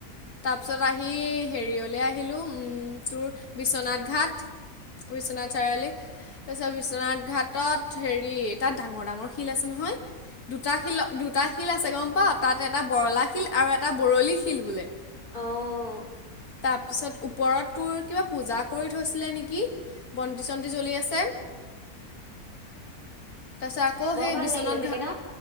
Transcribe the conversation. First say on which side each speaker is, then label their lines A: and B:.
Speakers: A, on the left (about 80°); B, on the left (about 35°).
A: তাৰপিছত আহি হেৰিয়লৈ আহিলোঁ, উম তোৰ বিশ্বনাথ ঘাট। বিশ্বনাথ চাৰিআলি, তাৰপিছত বিশ্বনাথ ঘাটত হেৰি তাত ডাঙৰ ডাঙৰ শিল আছে নহয় দুটা শিল দুটা- শিল আছে গম পাৱ, তাত এটা বৰলা শিল আৰু এটা বৰলি শিল বোলে।
B: অ'।
A: তাৰপিছত ওপৰত তোৰ কিবা পূজা কৰি থৈছিলে নেকি। বন্তি চন্তি জ্বলি আছে। তাৰপিছত আকৌ
B: বৰ
A: সেই
B: ভাল
A: বিশ্বনাথ
B: লাগিলে চাগে
A: ঘাট
B: ন?